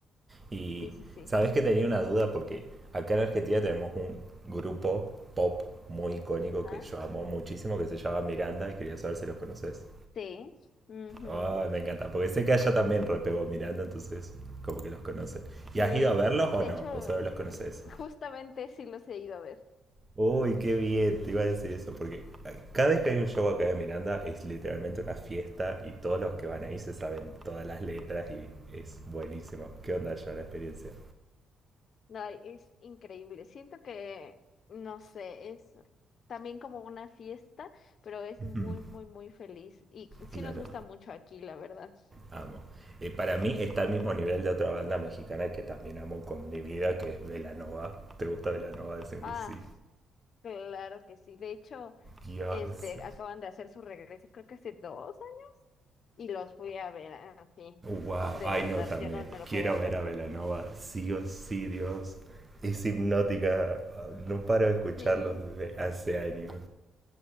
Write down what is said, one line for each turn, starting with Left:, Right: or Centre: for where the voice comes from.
Right: Y
Left: Sí, sí, sí.
Right: sabes que tenía una duda porque acá en Argentina tenemos un grupo pop muy icónico
Left: Ajá.
Right: que yo amo muchísimo que se llama Miranda y quería saber si los conoces.
Left: Sí. ujú,
Right: Ay, me encanta, porque sé que allá también repegó Miranda, entonces como que los conocen. ¿Y
Left: Sí.
Right: has ido a verlos o
Left: De
Right: no?
Left: hecho,
Right: ¿O solo los conoces?
Left: justamente sí los he ido a ver.
Right: Uy, qué bien, te iba a decir eso, porque ay, cada vez que hay un show acá de Miranda es literalmente una fiesta y todos los que van ahí se saben todas las letras y es buenísimo. ¿Qué onda ya la experiencia?
Left: Ay, es increíble. Siento que, no sé, es también como una fiesta, pero es
Right: Mm,
Left: muy, muy, muy feliz. Y sí
Right: Claro,
Left: nos gusta mucho aquí, la verdad.
Right: amo. Eh, para mí está al mismo nivel de otra banda mexicana que también amo con mi vida, que es Velanova. ¿Te gusta Velanova? Dicen
Left: Ah,
Right: que sí.
Left: claro que sí. De hecho,
Right: Dios,
Left: este, acaban de hacer su regreso, creo que hace dos años, y los fui a ver así,
Right: Wow,
Left: de
Right: ay
Left: verdad,
Right: no, también.
Left: ya no me lo
Right: Quiero
Left: podía perder.
Right: ver a Belanova, sí o sí, Dios. Es hipnótica, no paro de escucharlos
Left: Sí,
Right: desde hace años.